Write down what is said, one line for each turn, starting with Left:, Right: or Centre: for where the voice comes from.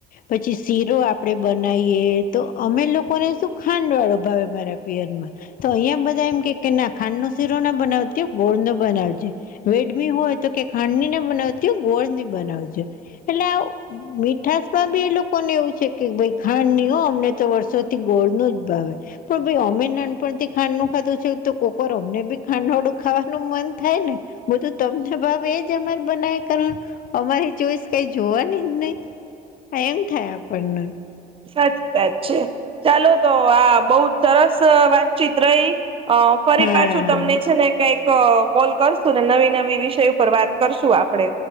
Left: પછી શીરો આપડે બનાવીએ તો અમે લોકોને શું ખાંડ વાળો ભાવે મારા પિયરમાં તો અહિયાં બધા એમ કે ના ખાંડ નો શીરો ના બનાવતી ગોળ નો બનાવજે. વેડમી હોય તો કે ખાંડની ના બનાવતી હો ગોળની બનાવજે. એટલે મીઠાસ માં બી એ લોકોને એવું છે કે ભાઈ ખાંડ નહી હો અમને તો વર્ષો ગોળ નુ જ ભાવે પણ ભાઈ અમે નાનપણથી ખાડ નું ખાધું છે તો કોકવાર અમને બી ખાંડવાળું ખાવાનું મન થાય ને બધું તમને ભાવે એ જ અમાર બનાયા કરવાનું અમારી ચોઈસ કઈ જોવાની જ નહી આ એમ થાય આપણને
Right: સાચી વાત છે ચાલો તો આ બઉ જ સરસ વાતચીત રહી અ ફરી
Left: હા
Right: પાછું તમને છે ને કઈક કોલ કરશું ને નવી નવી વિષય ઉપર વાત કરશું આપડે